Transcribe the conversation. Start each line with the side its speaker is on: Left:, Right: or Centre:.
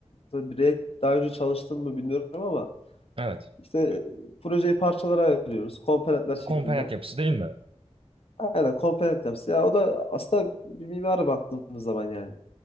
Left: tabii React daha önce çalıştım mı bilmiyorum ama
Right: Evet.
Left: işte e, projeyi parçalara ayırıyoruz. Komponentler şeklinde.
Right: Komponent yapısı değil mi?
Left: Aynen komponent yapısı. Ya o da aslında bir mimara baktığımız zaman yani.